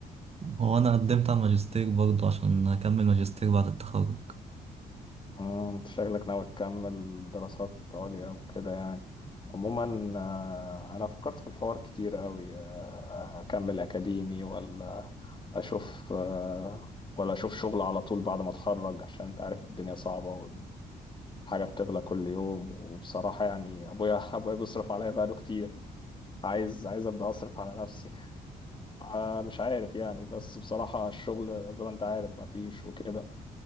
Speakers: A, on the right; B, on the left.
A: هو انا قدمت على الماجستير برضه عشان اكمل ماجستير بعد التخرج
B: امم، انت شكلك ناوي تكمل دراسات عليا وكده يعني عموما آه، انا فكرت في الحوار كتير قوي آه، اكمل اكاديمي ولا اشوف آه، ولا اشوف شغل على طول بعد ما اتخرج عشان انت عارف الدنيا صعبه حاجة بتغلى كل يوم وبصراحة يعني أبويا <laughs> أبويا بيصرف عليا بقاله كتير عايز عايز أبدأ أصرف على نفسي <laughs> آه مش عارف يعني بس بصراحة الشغل زي ما أنت عارف مفيش وكده